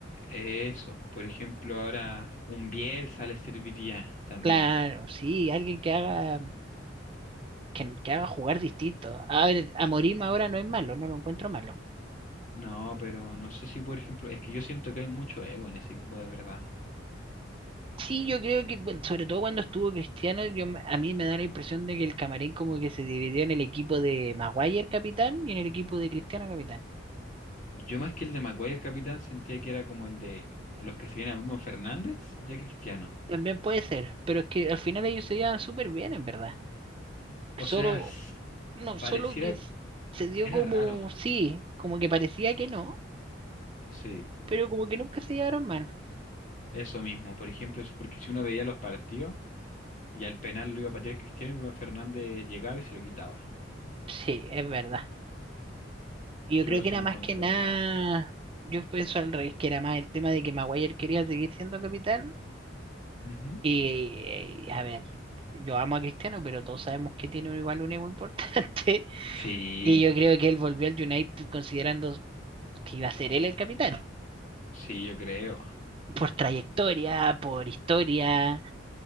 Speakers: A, on the left; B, on the right.
A: Eso, por ejemplo, ahora un Bielsa le serviría también.
B: Claro, sí, alguien que haga, que, que haga jugar distinto. A ver, a
A: Sí.
B: ahora no es malo, no lo encuentro malo.
A: No, pero no sé si, por ejemplo, es que yo siento que hay mucho ego en ese equipo de verdad.
B: Sí, yo creo que cu- sobre todo cuando estuvo Cristiano, yo, me- a mí me da la impresión de que el camarín como que se dividió en el equipo de Maguire capitán y en el equipo de Cristiano capitán.
A: Yo más que el de Maguire, el capitán, sentía que era como el de los que seguían a Bruno Fernández, ya Cristiano.
B: También puede ser, pero es que al final ellos se llevan súper bien, en verdad.
A: O
B: Solo,
A: sea, s-
B: no,
A: pareciera,
B: solo que s- se dio
A: era
B: como,
A: raro,
B: sí, como que parecía que no,
A: sí.
B: pero como que nunca se llevaron mal.
A: Eso mismo, por ejemplo, es porque si uno veía los partidos y al penal lo iba a patear Cristiano y Bruno Fernández llegaba y se lo quitaba.
B: Sí, es verdad. Yo
A: Yo
B: creo
A: eso
B: que era
A: lo
B: más
A: encontraba
B: que nada,
A: raro.
B: yo pienso al revés, que era más el tema de que Maguire quería seguir siendo capitán.
A: Ujú.
B: Y, eh, a ver, yo amo a Cristiano, pero todos sabemos que tiene igual un ego importante. <laughs>
A: Sí,
B: Y yo creo que él volvió al United considerando que iba a ser él el capitán.
A: sí, yo creo.
B: por trayectoria, por historia.